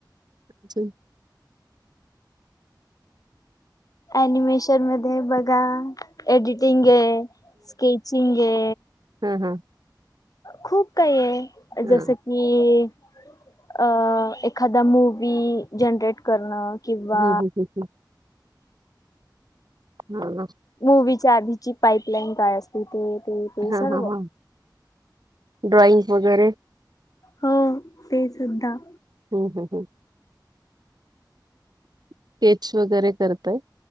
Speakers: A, on the right (about 60°); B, on the left (about 50°).
A: अजून?
B: अनिमेशन मध्ये बघा एडिटिंग हे, स्केचिंग हे.
A: हम हम.
B: खूप काही आहे,
A: हा
B: जसं की. अ एखादा मूवी जनरेट करणं. किंवा
A: हम हम ह ह. हम.
B: मूवीच्या आधीची पाईपलाईन काय असते ते ते. ते
A: हा
B: सर्व
A: हा हा. ड्रॉइंग वगैरे
B: हो. ते सुद्धा.
A: हम् हम हम. स्केच वगैरे करताय?